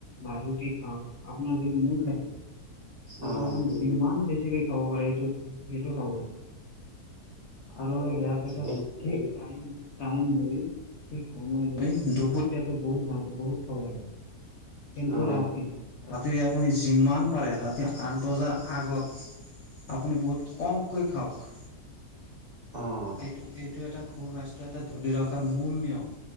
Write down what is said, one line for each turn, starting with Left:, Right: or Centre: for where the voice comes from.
Left: বা ৰুটি খাওক আপোনাৰ যিটো মূল খাদ্য, সেইটো
Right: অ',
Left: আপুনি কিমান বেছিকে খাব পাৰে, সেইটো সেইটো খাব লাগে। আৰু ইয়াৰ পিছত
Right: এই
Left: টাইম টাইম লৈ ঠিক সময় লৈ দুপৰীয়াটো বহুত ভাল, বহুত খাব লাগে, কিন্তু
Right: অ',
Left: ৰাতি ৰাতি আপুনি যিমান পাৰে ৰাতি আঠ বজাৰ আগত আপুনি বহুত কমকৈ খাওক
Right: অ',
Left: এইটো এইটো এটা সু-স্বাস্থ্যৰ এটা ধৰি লওক মূল নিয়ম